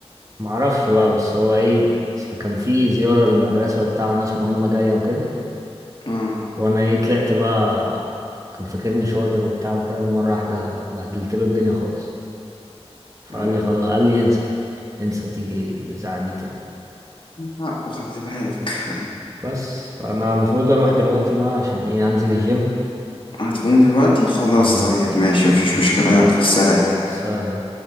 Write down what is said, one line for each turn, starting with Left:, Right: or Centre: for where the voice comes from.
Right: معرفش بقى بس هو إيه أصل كان في زيارة للمدرسة وبتاع وناس مهمة جاية وكده
Left: اه
Right: وأنا إيه طلعت بقى كان فاكرني شاطر وبتاع وكده ومرة واحدة بهدلت له الدنيا خالص فقال
Left: يلا
Right: لي خلاص قال لي انسى انسى تيجي الإذاعة دي تاني
Left: حقه خلي بالك
Right: بس انا المفروض اروح دلوقتي بقى عشان ايه هنزل الجيم
Left: هتقوم دلوقتي خلاص
Right: اه
Left: طيب ماشي مفيش مشكلة يلا سلام
Right: سلام